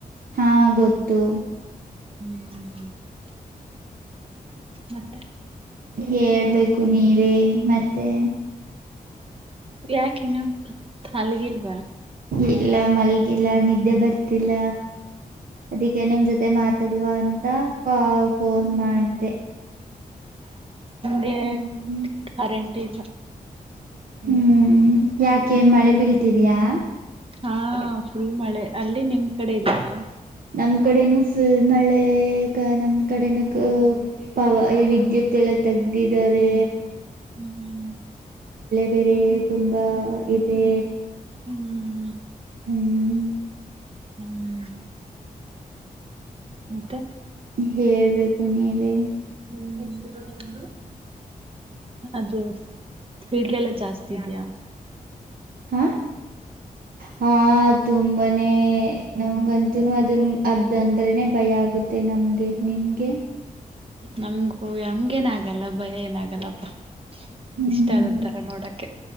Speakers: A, on the right (about 70°); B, on the right (about 35°).
A: ಹಾ ಗೊತ್ತು
B: <inaudible> ಮತ್ತೆ
A: ಹೇಳ್ಬೇಕು ನೀವೇ ಮತ್ತೆ
B: ಯಾಕ್ ಇನ್ನು ಮಲಗಿಲ್
A: ಇಲ್ಲ ಮಲ್ಗಿಲ್ಲ ನಿದ್ದೆ ಬರ್ತಿಲ್ಲ ಅದಕ್ಕೆ ನಿಮ್ ಜೊತೆ ಮಾತ್ ಮಾತಡುವ ಅಂತ ಫೋನ್ ಮಾಡ್ದ.
B: ಹೇ
A: ಹ್ಮ್
B: ಕರೆಂಟ್ ಇಲ್ಲ.
A: ಹ್ಮ್ ಯಾಕೆ ಮಳೆ ಬೀಳ್ತಿದ್ಯಾ.
B: ಹಾ ಫುಲ್ ಮಳೆ ಅಲ್ಲಿ ನಿಮ್ ಕಡೆ ಇಲ್ವಾ.
A: ನಮ್ ಕಡೆನೂ ಫುಲ್ ಮಳೆಗ ನಮ್ ಕಡೆನ ಪವರ ವಿದ್ಯುತ್ ಎಲ್ಲಾ ತೆಗ್ದಿದ್ ತೆಗ್ದಿದ್ದರೆ
B: ಹ್ಮ್ ಹ್ಮ್
A: ಬೇರೆ ತುಂಬಾ ಇದೆ.
B: ಹ್ಮ್
A: ಹ್ಮ್
B: ಹ್ಮ್ ಮತ್ತೆ
A: ಹೇಳ್ಬೇಕು ನೀವೇ
B: ಹ್ಮ್ ಅದು ಸ್ಪಿಡ್ಲೆಲ್ಲ ಜಾಸ್ತಿ ಇದ್ಯಾ.
A: ಹಾ ಹಾ ತುಂಬಾನೇ ನಮಂಗಂತು ಅದನ್ ಅದಂದ್ರೆನೆ ಭಯ ಆಗುತ್ತೆ ನಮ್ಗೆ ನಿಮ್ಗೆ.
B: ನಮ್ಗೂ ಏನು ಆಗಲ್ಲ ಭಯ ಏನಾಗಲ್ಲಪ್ಪಾ.
A: ಹ್ಮ್
B: ಇಷ್ಟ ಒಂತರ ನೋಡಕ್ಕೆ.